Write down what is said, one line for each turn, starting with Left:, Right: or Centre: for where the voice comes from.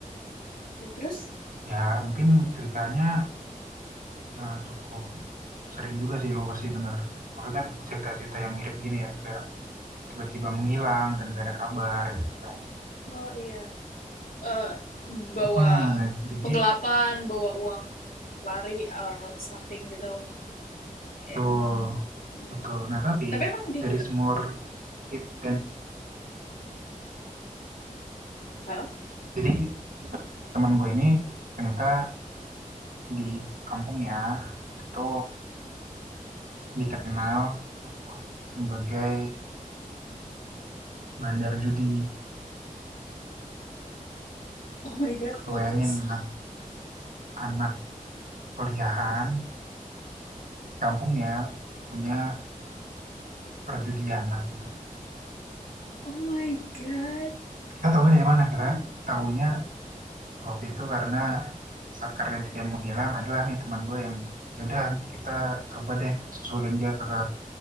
Left: oke, terus?
Right: Ya, mungkin ceritanya Nah, cukup sering juga sih lo pasti dengar. Maksudnya cerita-cerita yang mirip gini ya, kayak tiba-tiba menghilang dan gak ada kabar gitu kan.
Left: Oh, iya, eee, bawa
Right: Heeh, nah, jadi
Left: penggelapan, bawa uang lari or something gitu? kayak
Right: betul,
Left: mm.
Right: betul. Nah, tapi
Left: tapi emang dia
Right: dari
Left: gitu
Right: more it kan.
Left: salah
Right: Jadi teman gue ini ternyata di kampungnya itu dikenal sebagai bandar judi.
Left: oh my god plot
Right: Lo Bayangin
Left: twist
Right: anak, anak kuliahan kampungnya punya perjudian lah gitu.
Left: oh my god
Right: Kita tahunya dari mana? Kita tahunya waktu itu karena sakarnya dia menghilang adalah nih teman gue yang yaudah kita coba deh susulin dia ke, ke